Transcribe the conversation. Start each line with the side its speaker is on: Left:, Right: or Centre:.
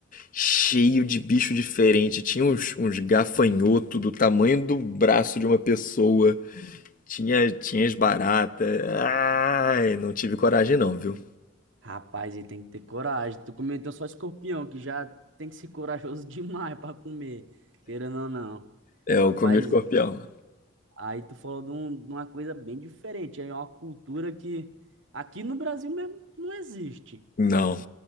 Left: cheio de bicho diferente. Tinha uns, uns gafanhoto do tamanho do braço de uma pessoa. Tinha, tinha as baratas. Ai, não tive coragem não, viu?
Right: Rapaz, ele tem que ter coragem. Tu comeu então só escorpião, que já tem que ser corajoso <laughs> demais para comer, querendo ou não.
Left: É, eu
Right: Rapaz,
Left: comi o escorpião.
Right: aí tu falou de, um- de uma coisa bem diferente. É uma cultura que aqui no Brasil mesmo não existe.
Left: Não,